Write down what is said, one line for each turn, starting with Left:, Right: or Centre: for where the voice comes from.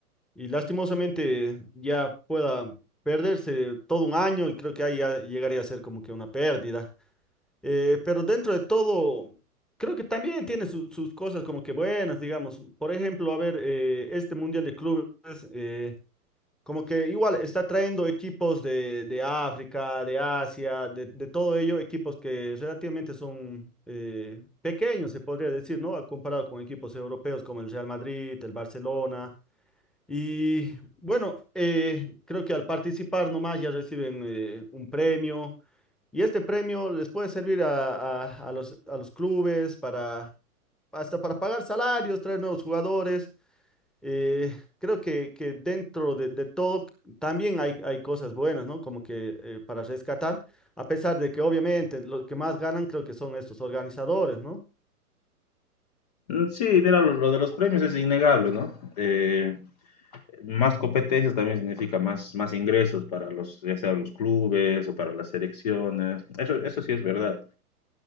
Centre: y lastimosamente ya pueda perderse todo un año y creo que ahí ya llegaría a ser como que una pérdida. Eh, pero dentro de todo, creo que también tiene su- sus cosas como que buenas, digamos. Por ejemplo, a ver, eh, este Mundial de Clubes, eh, como que igual está trayendo equipos de, de África, de Asia, de, de todo ello, equipos que relativamente son eh, pequeños, se podría decir, ¿no? Comparado con equipos europeos como el Real Madrid, el Barcelona. Y bueno, eh, creo que al participar nomás ya reciben eh, un premio y este premio les puede servir a, a- a los, a los clubes para hasta para pagar salarios, traer nuevos jugadores. Eh, creo que, que dentro de, de todo también hay, hay cosas buenas, ¿no? Como que eh, para rescatar, a pesar de que obviamente los que más ganan creo que son estos organizadores, ¿no?
Left: Sí, mira, lo, lo de los premios es innegable, ¿no? Eh, más competencias también significa más, más ingresos para los, ya sea los clubes o para las selecciones. Eso, eso sí es verdad.